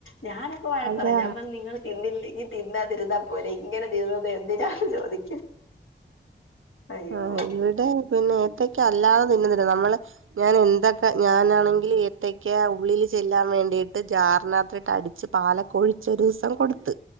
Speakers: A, on the left; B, on the right.
A: ഞാനൊക്കെ വഴക്ക്
B: അതാ
A: പറ യും ഞാൻ പറഞ് നിങ്ങൾ തിന്നില്ലെങ്കി തിന്നാ തിരുന്നാ പോരെ ഇങ്ങനെ തിരന്നുന്നത് എന്തിനാണ് ചോദിക്കും അയ്യോ
B: ആഹ് ഇവിടെ പിന്നെ ഏത്തക്ക അല്ലാതെ തിന്നുണ്ട് നമ്മള് ഞാൻ എന്തൊക്കെ ഞാനാണെങ്കിൽ, ത്തേക്ക് ഉള്ളിൽ ചെല്ലാൻ വേണ്ടിയിട്ട് ജാറിനഅതിട്ടു അടിച്ച് പാലകോഓയിച്ചി ഒരു ദിവസം കൊടുത്ത്